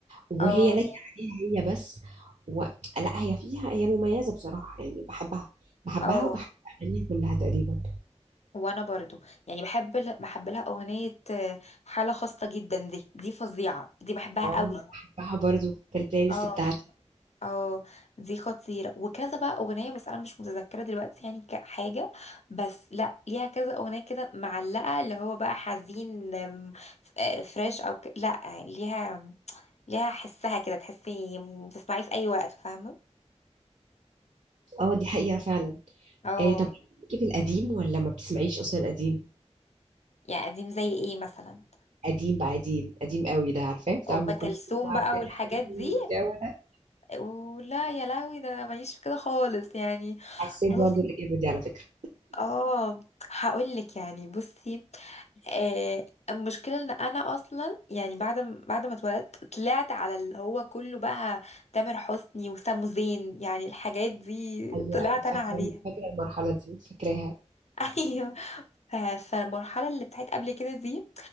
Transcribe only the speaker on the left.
اه
اه
وانا برضو يعني بحب ال- بحب لها اغنية آه، حالة خاصة جدا دي دي فظيعة دي بحبها
قوي
اه
اه دي خطيرة وكذا بقى اغنية بس انا مش متذكرة دلوقتي يعني كحاجة بس لا ليها كذا اغنية كده معلقة اللي هو بقى حزين آم، ف- آه، فريش او ك... لا ليها ليها حسها كده تحسي تسمعيه في اي وقت فاهمة
اه
يعني قديم زي ايه مثلا
ام
كلثوم
بقى
والحاجات دي
ولا يا لهوي ده انا ماليش في كده خالص يعني
بص
اه هقول لك يعني بصي آه المشكله ان انا اصلا يعني بعد ما- بعد ما اتولدت طلعت على اللي هو كله بقى تامر حسني وسامو زين يعني الحاجات دي
طلعت
انا عليها
<laughs> ايوه آه، فالمرحلة اللي بتاعت قبل كده دي